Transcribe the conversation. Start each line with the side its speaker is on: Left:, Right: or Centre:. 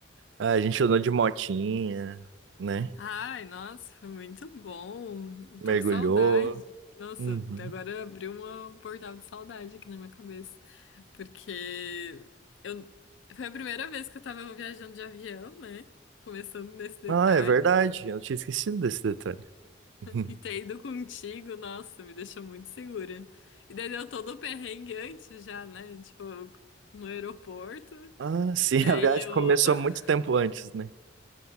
Right: Ah, A gente andou de motinha, né?
Left: Ai, nossa, muito bom.
Right: Mergulhou.
Left: Tô com saudade. Nossa,
Right: Uhum.
Left: agora abriu uma- um portal de saudade aqui na minha cabeça. Porque eu... foi a primeira vez que eu tava viajando de avião, né? Começando nesse detalhe.
Right: Ah, é verdade. Eu tinha esquecido desse detalhe. <laughs>
Left: E ter ido contigo, nossa, me deixou muito segura. E daí deu todo o perrengue antes já, né? Tipo, no aeroporto.
Right: Ah, sim,
Left: Que aí
Right: a viagem
Left: o,
Right: começou
Left: <laughs>
Right: muito tempo antes, né?